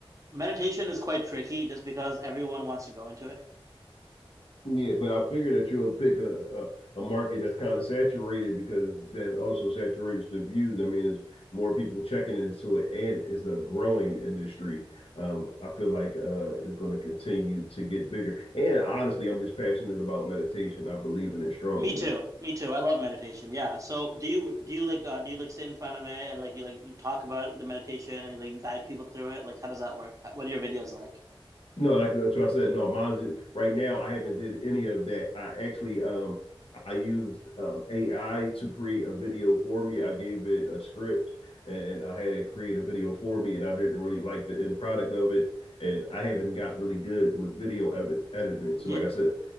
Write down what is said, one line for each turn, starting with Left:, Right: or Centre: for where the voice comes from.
Right: meditation is quite tricky just because everyone wants to go into it
Left: Yeah, but I figure that you'll pick a, a, a market that's kind of saturated because that also saturates the views. I mean, it's more people checking into it, and it's a growing industry. Um, I feel like uh, it's going to continue to get bigger. And honestly, I'm just passionate about meditation. I believe in it strongly.
Right: me too me too i love meditation yeah so do you do you like uh, do you like sit in front of it and like you like you talk about the meditation and you like guide people through it like how does that work How- what are your videos like
Left: No, like, that's what I said. No, mine's right now. I haven't did any of that. I actually um I used um AI to create a video for me. I gave it a script and I had it create a video for me, and I didn't really like the end product of it. And I haven't got really good with video edit editing.
Right: yeah
Left: So, like I said,